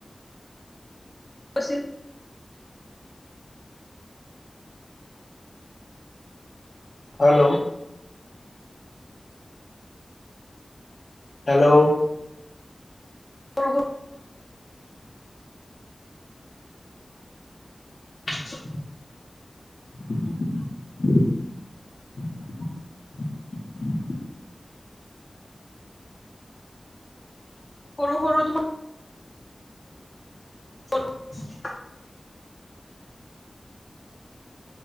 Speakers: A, on the left; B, on the left.
A: <unintelligible>
B: হেল্ল' হেল্ল'
A: সৰু
B: <unintelligible> <inaudible>
A: সৰু সৰু তো বল
B: <unintelligible>